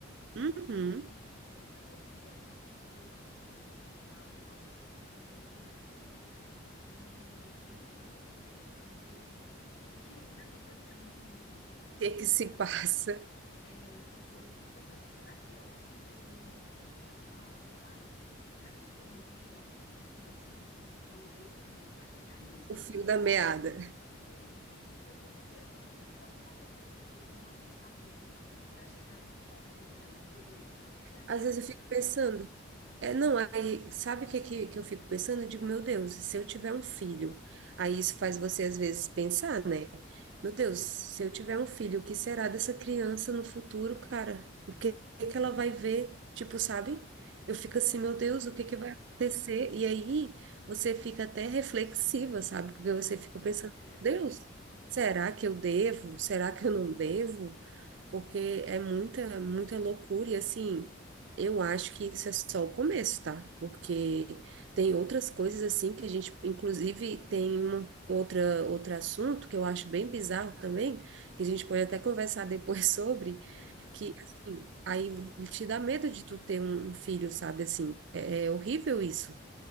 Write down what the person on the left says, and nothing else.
Não, e
então eu vi alguma coisa que existe, né? Um hospital só pra esses, pra essas bonecas, assim. E eu não, eu não entendo, eu não sei o que, que, que é que tá acontecendo no mundo.
Pra,
é, eu fico, eu fico pensando assim, será que eu, porque eu não uso tanto celular mais, será que eu perdi algum fio, assim? Eu perdi o fio pra chegar <laughs> nisso,
sabe?
Perdi, porque eu fico pensando, gente, alguma coisa aconteceu que eu não fiquei sabendo pra chegar nesse ponto, entendeu? <laughs> Que é muito
estranho,
né?
Aham.
Não,
com
certeza.
Aham.